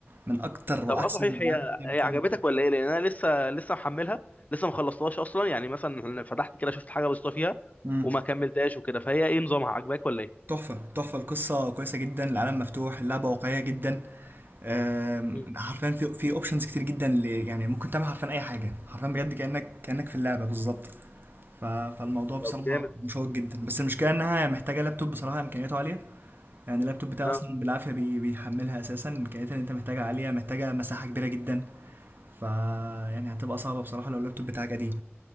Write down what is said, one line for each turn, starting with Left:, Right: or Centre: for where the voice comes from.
Right: من أكتر
Left: طب
Right: وأحسن
Left: اه صحيح
Right: الألعاب
Left: هي
Right: اللي لعبت
Left: هي عجبتك
Right: لعبة
Left: ولا ايه لان انا لسه لسه محملها لسه ما خلصتهاش اصلا يعني مثلا فتحت كده شفت حاجه بسيطه فيها
Right: تحفة
Left: وما كملتهاش وكده فهي ايه نظامها عجباك ولا ايه
Right: تحفة تحفة القصة كويسة جدا العالم مفتوح اللعبة واقعية جدا آم،
Left: مم.
Right: حرفيا في في اوبشنز كتير جدا اللي يعني ممكن تعمل حرفيا اي حاجه حرفيا بجد كانك كانك في اللعبه بالظبط ف- فالموضوع بصراحه
Left: طب جامد
Right: مشوق جدا بس المشكله انها محتاجه لابتوب بصراحه امكانياته عاليه يعني اللابتوب بتاعي
Left: ها
Right: اصلا بالعافيه بي- بيحملها اساسا امكانياتها اللي انت محتاجها عاليه محتاجه مساحه كبيره جدا ف يعني هتبقى صعبه بصراحه لو اللابتوب بتاعك قديم